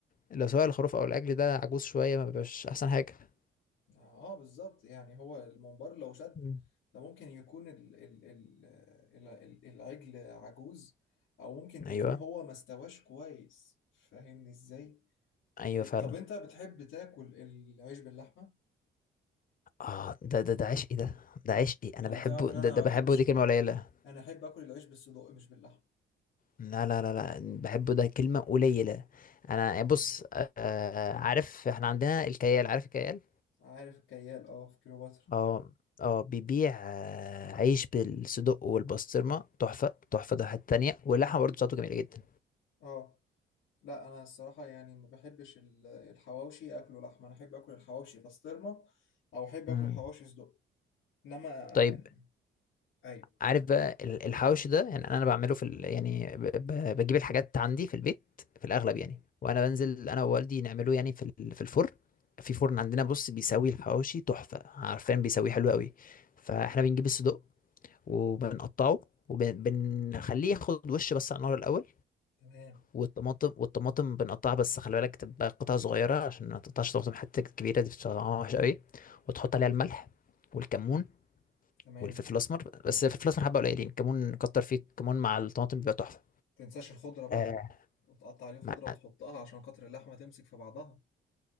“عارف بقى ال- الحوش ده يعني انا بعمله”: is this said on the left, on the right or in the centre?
Left